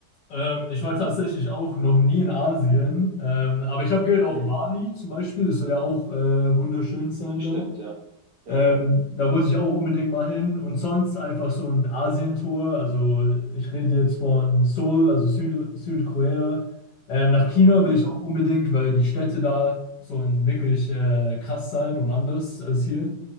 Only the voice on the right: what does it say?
Mhm.
Stimmt,
ja. Ja.
Mhm.